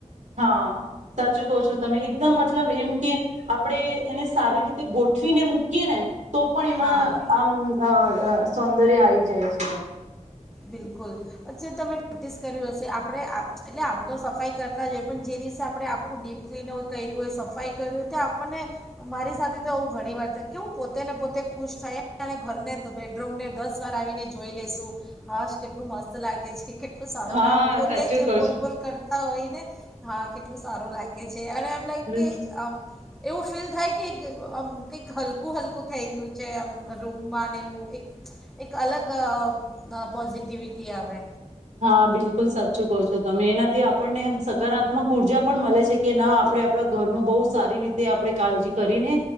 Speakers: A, on the right; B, in the centre.
A: હા સાચું કહો છો તમે એકદમ મતલબ એમ કે આપણેે એને સારી રીતે ગોઠવીને મૂકીએ ને. તો પણ એમાં
B: હા
A: આમ અ અ સૌંદર્ય આયી જાય છે.
B: બિલકુલ જે તમે નોટિસ કર્યું હશે આપણે એટલે આમ તો સફાઈ કરતા જઈએ પણ જે દિવસે આપણે આખું ડીપ ક્લીનર કર્યું હોય સફાઈ કર્યું હોય તો આપણને મારી સાથે તો આવું ઘણી વાર થય કે હું પોતેને પોતે ખુશ થાય અને ઘરને બેડરૂમને દસ વાર આવીને જોઈ લેશું. હાશ કેટલું મસ્ત લાગે છે કે. તો સારો
A: હા
B: આમ પોતે
A: સાચું
B: જ
A: કઉ
B: બોલબોલ કરતા હોય ને હા કેટલું સારું લાગે છે અને એમ લાગે
A: છું.
B: કે આમ એવું ફીલ થાય કે એક આમ કંઈક હલકું હલ હું થઈ ગયું છે આમ રૂમમાં એવું એક એક અલગ અ અ પોઝિટિવિટી આવે.
A: હા બિલકુલ સાચું કહો છો તમે એનાથી આપણનેમ સકારાત્મક ઉર્જા પણ મળે છે કે ના આપણે આપણા ઘરનું બહુ સારી રીતે આપણે કાળજી કરીને,